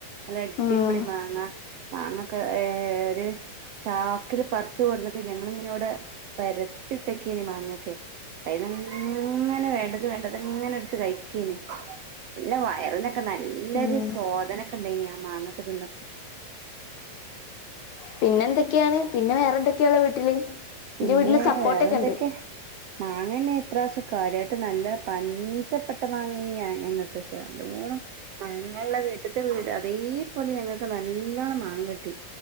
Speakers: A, on the right (about 90°); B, on the left (about 60°).
A: നല്ല അടിപ്പൊളി
B: ഉം
A: മാങ്ങ മാങ്ങക്കെ ഏഹ് ഏഹ് ഒരു ചാക്കില് പറിച്ച് കൊടുന്നിട്ട് ഞങ്ങളിങ്ങനെ ഇവടെ പരത്തിട്ടക്കെനി മാങ്ങക്കെ അത്ങ്ങനെ വേ ണ്ടത് വേണ്ടത് ഇങ്ങനെ എടുത്ത് കഴിക്കനി നല്ല വയറിനൊക്കെ നല്ലൊരു
B: ഉം
A: സോദനൊക്കെ ഇണ്ടനി ആ മാങ്ങക്കെ തിന്നാ
B: പിന്നെ എന്തൊക്കെയാണ് പിന്നെ വേറെന്തൊക്കെയാള്ളേ വീട്ടില്
A: പിന്നെ
B: എന്റെ വീട്ടില് സപ്പോട്ടൊക്കെ
A: വേറെ എന്തൊക്കെ
B: ഉണ്ട്
A: മാങ്ങന്നെ ഇപ്രാശം കാര്യയിട്ട് നല്ല പഞ്ചപ്പെട്ട മാങ്ങന്യ ഞങ്ങക്ക് പക്ഷെ നല്ലോണം ഞങ്ങള വീട്ടത്തെ വീട് അതേപോലെ ഞങ്ങക്ക് നല്ലോണ്ണം മാങ്ങട്ടി